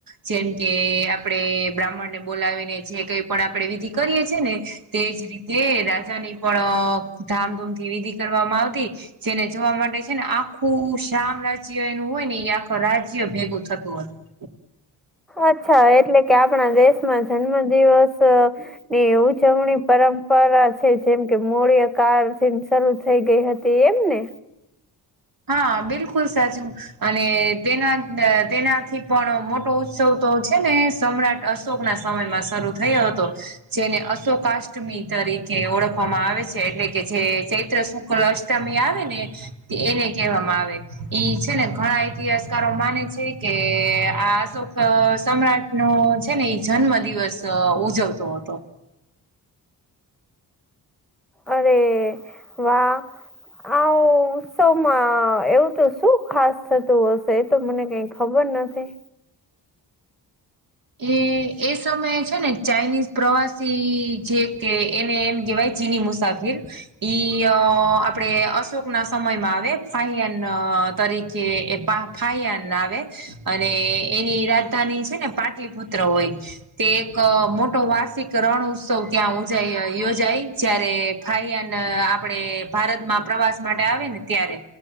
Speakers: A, on the right; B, in the centre.
A: જેમ કે આપડે બ્રાહ્મણને બોલાવીને જે કઈ પણ આપણે વિધિ કરીએ છીએ ને. તેજ રીતે રાજાની પણ ધામધૂમ થી વિધિ કરવામાં આવતી. જેને જોવા માટે છે ને આ આખું શાયમ રાજ્ય એનું હોય ને એ આખો રાજ્ય ભેગું થતું હતું.
B: અચ્છા એટલે કે આપણા દેશમાં જન્મ દિવસ ને ઉજવણી પરંપરા છે જેમ કે મૂળ્યકા થી શરૂ થઈ ગઈ હતી. તે એમ ને.
A: હા બિલકુલ સાચું અને તેના તેનાથી પણ મોટો ઉત્સવ તો છે ને સમ્રાટ અશોક ના સમયમાં શરૂ થયો હતો. જેને અશોકાષ્ટમી તરીકે ઓળખવામાં આવે છે એટલે કે જે ચૈત્ર શુકલ અષ્ટ મી આવે ને એને કહેવામાં આવે એ છે ને ઘણા ઇતિહાસકારો માને છે કે આશોક સમ્રાટ નો છે ને એ જન્મ દિવસ ઉજવતો હતો.
B: અરે વાહ. આવ ઉત્સવં એવું તો શું ખાસ થતું હશે તો મને કક ખબર નથી.
A: એ એ સમયે છે ને ચાઇનીઝ પ્રવાસી જે કે એને એમ કેહેવાય ચીની મુસાફિર. ઈ આપડે અશોક ના સમયમાં આવે ફહિયાન તરીકે એ થાયાન આવે અને એની રાજધાની છે ને પાટલીપુત્ર હોય. તે એક મોટો વાર્ષિક રણ ઉત્સવ ત્યાં ઉજાય યોજાય જય્યારે ફાઈયાન આપડે ભારતમાં પ્રવાસ માટે આવે ને ત્યારે